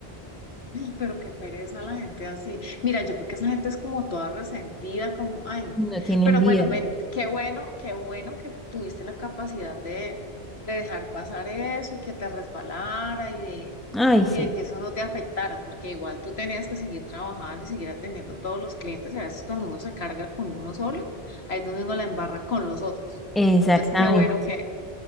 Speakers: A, on the left; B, in the centre.
A: Ay, pero qué pereza la gente así. Mira, yo creo que esa gente es como toda resentida, como, ay, no.
B: No tienen
A: Pero
B: vida.
A: bueno, ven, qué bueno, qué bueno que tuviste la capacidad de, de dejar pasar eso y que te resbalara y de,
B: Ay, sí,
A: y de que eso no te afectara, porque igual tú tenías que seguir trabajando y seguir atendiendo a todos los clientes. Y a veces cuando uno se carga con uno solo, ahí es donde uno la embarra con los otros.
B: exactamente.
A: Entonces, qué bueno que,